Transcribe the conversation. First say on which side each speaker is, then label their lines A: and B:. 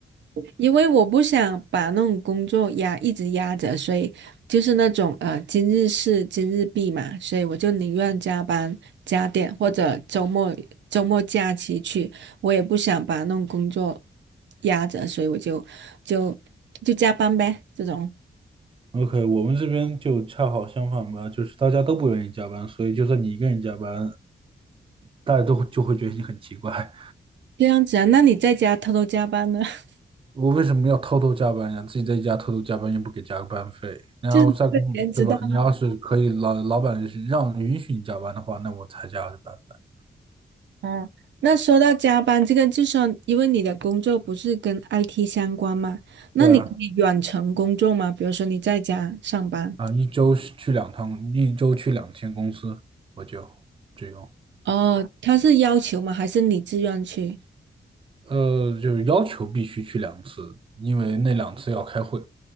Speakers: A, on the right (about 85°); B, on the right (about 30°).
A: 因为我不想把那种工作压一直压着，所以就是那种呃今日事今日毕嘛，所以我就宁愿加班加点，或者周末周末假期去，我也不想把那种工作压着，所以我就就就加班呗，这种
B: OK，我们这边就恰好相反吧，就是大家都不愿意加班，所以就算你一个人加班，大家都就会觉得你很奇怪。
A: 这样子啊。那你在家偷偷加班呢？<laughs>
B: 我为什么要偷偷加班呀？自己在家偷偷加班又不给加班费，然后在公，
A: 就是被别人知道。
B: 对吧？你要是可以老老板是让允许你加班的话，那我才加班的。
A: 哦，那说到加班这个，就说因为你的工作不是跟 IT 相关嘛，那你可以远程工作吗？
B: 对啊，
A: 比如说你在家上班，
B: 啊，一周是去两趟，一周去两天公司，我就只种，
A: 哦，他是要求吗？还是你自愿去？
B: 呃，就是要求必须去两次，因为那两次要开会。